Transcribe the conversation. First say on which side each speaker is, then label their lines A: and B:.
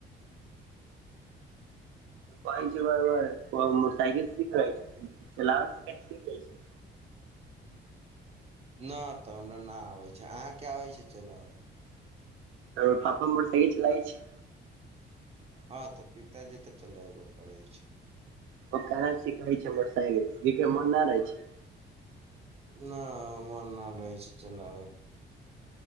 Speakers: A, on the right; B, on the right.
A: <inaudible>
B: कहै छै मोटरसाइकिल सीख रहै छै चलाबै स सीख जाइ छै
A: नै तऽ हमरा न आबै छै अहाँ के आबै छै चल आबै
B: तर फापा मर फ चलाइ छै
A: हँ तऽ पिताजी तऽ चलेबे करै छै
B: पकारा सिखै छै मोटरसाइकिल ज मन न रहै छै
A: न मन न रहै छै चलबके